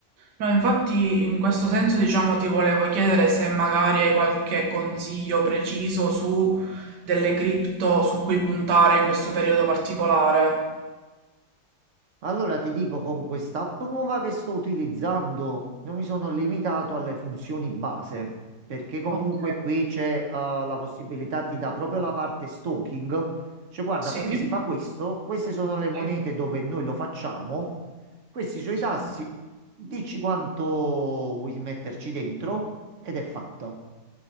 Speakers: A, on the right (about 75°); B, on the right (about 55°).
A: No, infatti in questo senso diciamo ti volevo chiedere se magari hai qualche consiglio preciso su delle cripto su cui puntare in questo periodo particolare.
B: Allora ti dico, con quest'app nuova che sto utilizzando, io mi sono limitato alle funzioni base, perché comunque
A: Ok,
B: qui c'è eh, la possibilità, ti dà proprio la parte stalking, cioè guarda,
A: sì.
B: qui si fa questo, queste sono le monete
A: Sì.
B: dove noi lo facciamo, questi sono
A: Sì.
B: i tassi, dici quanto vuoi metterci dentro ed è fatta.